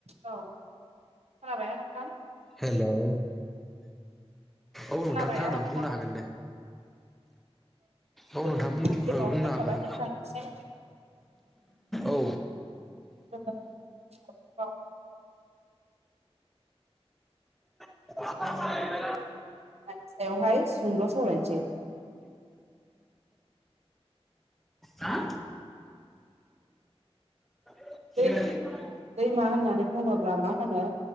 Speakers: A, on the right; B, in the centre.
A: औ खोनाबायना नोंथां?
B: हेलौ औ
A: खोनाबायना
B: नोंथां खोनादों बुंनो
A: औ
B: हागोन दे। औ
A: गोजोन
B: नोंथां
A: मोनाबिलि
B: बुं ओ
A: बावहरनाय
B: बुंनो हागोन।
A: थाबाय नोंथांनिसिम
B: औ
A: <inaudible>
B: <unintelligible>
A: मानि सायावहाय सुंद' सवरायनसै।
B: हा <inaudible>
A: दै दैमा होननानै बुङोब्ला मा होनो